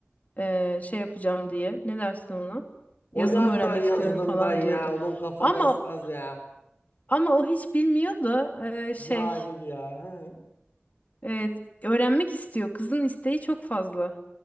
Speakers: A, on the left; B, on the left.
A: eee, şey yapacağım diye. Ne dersin ona?
B: O
A: Yazılım
B: ne anlar
A: öğrenmek
B: yazılımdan
A: istiyorum falan
B: ya?
A: diyordu.
B: Onun kafa
A: Ama
B: basmaz ya.
A: ama o hiç bilmiyor da eee, şey
B: Cahil ya. Hı hı.
A: evet, öğrenmek istiyor. Kızın isteği çok fazla.